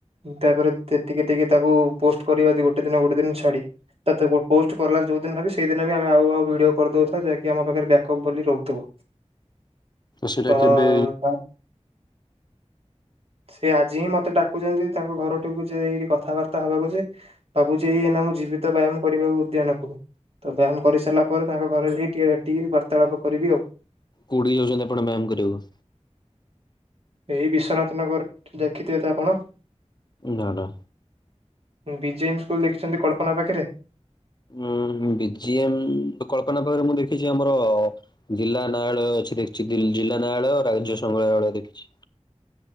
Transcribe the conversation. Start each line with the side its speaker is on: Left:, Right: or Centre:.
Right: ତାପରେ ଯେତିକି ଟିକେ ତାକୁ ପୋଷ୍ଟ କରିବା ଗୋଟେ ଦିନ ଗୋଟେ ଦିନ ଛାଡ଼ି ତତେ ପୋଷ୍ଟ କଲା ଯୋଉ ଦିନ ସେଇଦିନ ଆମେ ଆଉ ଆଉ ଭିଡିଓ କରିଦଉଥିବା ଯାହାକି ଆମ ପାଖରେ ବ୍ୟାକଅପ ବୋଲି ରହୁଥିବ।
Left: ସେଇଟା
Right: ତ
Left: କେବେ
Right: ତା ସେ ଆଜି ହିଁ ମତେ ଡାକୁଛନ୍ତି ତାଙ୍କ ଘରଠିକୁ ଯାଇକିରି କଥାବାର୍ତ୍ତା ହବାକୁ ଯେ ଭାବୁଛି ଏଇନା ମୁଁ ଯିବିତ ବ୍ୟାୟାମ କରିବା ଉଦ୍ୟାନକୁ ତ ବ୍ୟାୟାମ କରିସାରିଲା ପରେ ତାଙ୍କ ଘରେ ଯାଇ ଟିକେ ଭେଟିକି ବାର୍ତ୍ତାଳାପ କରିବି ଆଉ।
Left: କୋଉଠିକି ଯାଉଛନ୍ତି ଆପଣ ବ୍ୟାୟାମ କରିବାକୁ?
Right: ଏଇ ବିଶ୍ୱନାଥ ନଗର ଦେଖିଥିବେ ତ ଆପଣ।
Left: ନା ନା
Right: ବିଜେଏମ୍ ସ୍କୁଲ ଦେଖିଛନ୍ତି କଳ୍ପନା ପାଖରେ
Left: ଉୁଁ ବିଜିଏମ୍ କଳ୍ପନା ପାଖରେ ମୁଁ ଦେଖିଛି ଆମର ଜିଲ୍ଲା ନ୍ୟାୟାଳୟ ଅଛି ଦେଖିଛି ଜିଲ୍ଲା ନ୍ୟାୟାଳୟ ରାଜ୍ୟ ସଂଗ୍ରହାଳୟ ଦେଖିଛି।